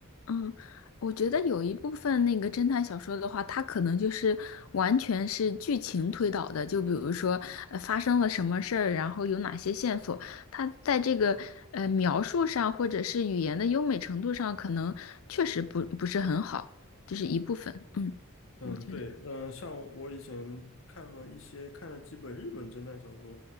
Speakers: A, on the left; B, on the left.
A: 嗯，我觉得有一部分那个侦探小说的话，它可能就是完全是剧情推导的，就比如说呃发生了什么事儿，然后有哪些线索，它在这个呃描述上或者是语言的优美程度上，可能确实不不是很好，这是一部分，嗯，
B: 嗯，
A: 我觉得，
B: 对，呃，像我以前看了一些，看了几本日本侦探小说，